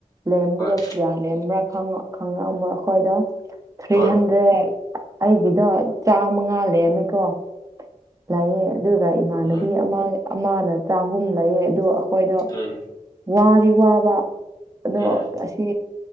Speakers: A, on the right; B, on the left.
A: ꯂꯦꯝꯕꯗꯣ
B: ꯍꯣꯏ
A: ꯀꯤꯌꯥ ꯂꯦꯝꯕ꯭ꯔꯥ ꯈꯔ ꯈꯥꯏꯔꯑꯝꯃꯣ ꯑꯩꯈꯣꯏꯗꯣ ꯊ꯭ꯔꯤ
B: ꯍꯣꯏ
A: ꯍꯟꯗ꯭ꯔꯦꯠ ꯑꯩꯒꯤꯗꯣ ꯆꯥꯃꯉꯥ ꯂꯩꯔꯃꯦꯀꯣ ꯂꯥꯏꯌꯦ ꯑꯗꯨꯒ ꯏꯃꯥꯟꯅꯕꯤ
B: ꯎꯝ
A: ꯑꯃ ꯑꯃꯅ ꯆꯍꯨꯝ ꯂꯩꯌꯦ ꯑꯗꯨ ꯑꯩꯈꯣꯏꯗ
B: ꯎꯝ
A: ꯋꯥꯗ ꯋꯥꯕ ꯑꯗꯣ
B: ꯎꯝ
A: ꯑꯁ ꯁꯤ